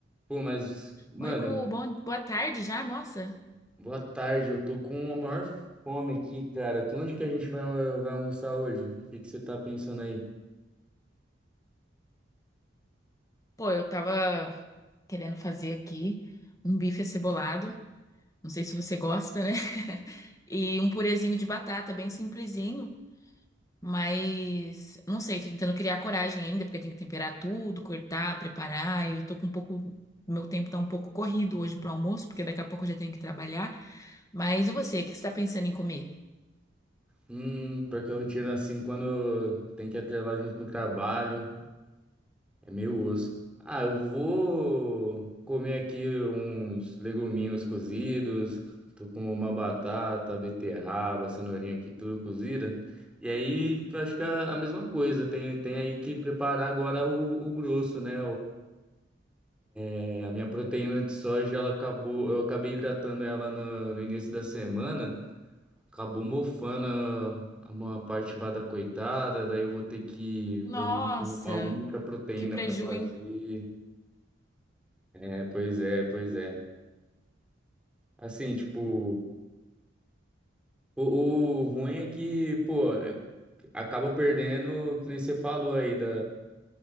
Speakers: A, in the centre; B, on the left.
A: Pô, mas, mano,
B: Oi, Gu, bom, boa tarde já, nossa.
A: boa tarde. Eu tô com a maior fome aqui, cara. Onde que a gente vai, vai almoçar hoje? O que que você tá pensando aí?
B: Pô, eu tava querendo fazer aqui um bife acebolado, não sei se você gosta, né? <laughs> E um purezinho de batata, bem simplesinho, mas não sei, tô tentando criar coragem ainda, porque tem que temperar tudo, cortar, preparar. Eu tô com um pouco, meu tempo tá um pouco corrido hoje pro almoço, porque daqui a pouco eu já tenho que trabalhar. Mas e você, o que você tá pensando em comer?
A: Hum, porque a rotina assim, quando tem que atrelar junto com o trabalho, é meio osso. Ah, eu vou comer aqui uns leguminhos cozidos. Tô com uma batata, beterraba, cenourinha aqui, tudo cozida. E aí, acho que é a mesma coisa. Tem, tem aí que preparar agora o, o grosso, né? É, a minha proteína de soja, ela acabou, eu acabei hidratando ela na- no, início da semana, acabou mofando a, uma parte lá da coitada, daí eu vou ter que
B: Nossa,
A: provavelmente arrumar alguma outra proteína
B: que preju,
A: para fazer.
B: hein?
A: É, pois é, pois é. Assim, tipo, o, o ruim é que, pô, acaba perdendo, que nem você falou aí, da,